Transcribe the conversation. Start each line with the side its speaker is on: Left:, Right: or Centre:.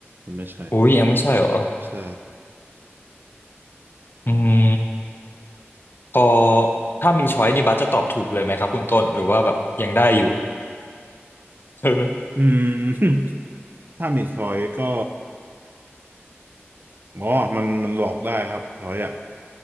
Right: ยังไม่ใช่
Left: อุ้ยยังไม่ใช่เหรอ
Right: ใช่
Left: อืมพอถ้ามีช้อยนี่บัสจะตอบถูกเลยไหมครับคุณต้นหรือว่าแบบยังได้อยู่ <laughs>
Right: อืม <laughs> ถ้ามีช้อยก็ อ๋อมันมันหลอกได้ครับทอยอ่ะ